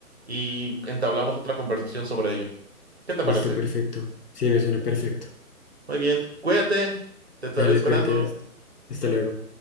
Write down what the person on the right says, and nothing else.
y entablamos otra conversación sobre ello. ¿Qué te
parece?
Muy bien. Cuídate. Te estaré
esperando.